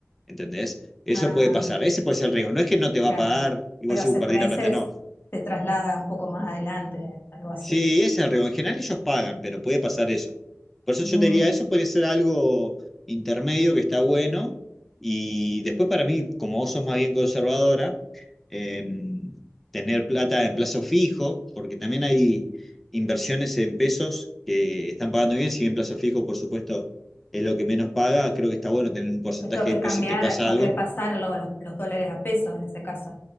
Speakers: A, in the centre; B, on the left (about 40°).
A: ¿entendés? Eso
B: Ah,
A: puede pasar, ese puede ser el riesgo, no es que no te va
B: claro.
A: a pagar y
B: Pero
A: vos sí,
B: se,
A: uh, perdí
B: por ahí
A: la plata,
B: se,
A: no,
B: se traslada un poco más adelante, algo así.
A: Sí, es el riesgo. En general ellos pagan, pero puede pasar eso. Por eso
B: Mm.
A: yo te diría, eso podría ser algo intermedio que está bueno. Y después para mí, como vos sos más bien conservadora, em, tener plata en plazo fijo, porque también hay inversiones en pesos que están pagando bien, si bien plazo fijo, por supuesto, es lo que menos paga, creo que está bueno tener un porcentaje
B: Pues tengo que
A: ahí por
B: cambiar,
A: si te pasa
B: tengo
A: algo.
B: que pasar lo- los, los dólares a pesos en ese caso.